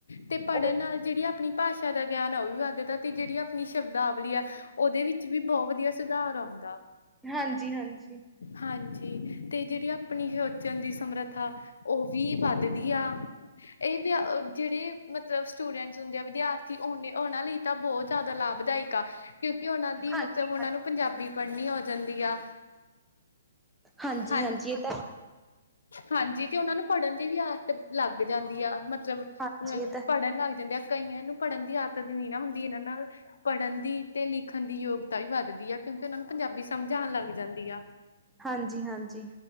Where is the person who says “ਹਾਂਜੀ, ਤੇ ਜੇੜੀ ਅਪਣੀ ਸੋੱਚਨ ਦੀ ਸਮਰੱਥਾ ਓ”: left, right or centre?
Left